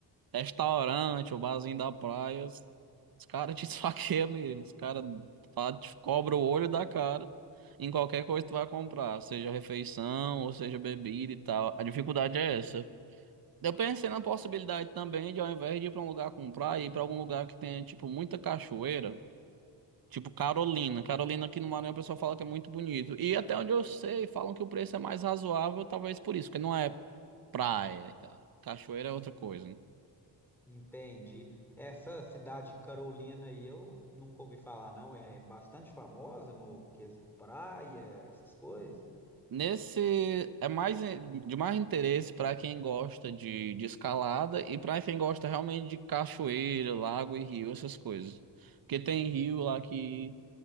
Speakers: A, on the right; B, in the centre.
A: Restaurante, o barzinho da praia. Os, os caras te <laughs> esfaqueiam mesmo. Os caras fa- te cobram o olho da cara em qualquer coisa que tu vai comprar, seja refeição ou seja bebida e tal. A dificuldade é essa. Eu pensei na possibilidade também de, ao invés de ir pra um lugar comprar, ir pra algum lugar que tenha, tipo, muita cachoeira. Tipo Carolina. Carolina aqui no Maranhão, o pessoal fala que é muito bonito. E até onde eu sei, falam que o preço é mais razoável, talvez por isso, porque não é praia e tal. Cachoeira é outra coisa. né?
B: Entendi. Essa cidade Carolina aí eu nunca ouvi falar, não. É bastante famosa no quesito praia, essas coisas.
A: Nesse é mais de mais interesse para quem gosta de, de escalada e para quem gosta realmente de cachoeira, lago e rio, essas coisas. Porque tem rio lá que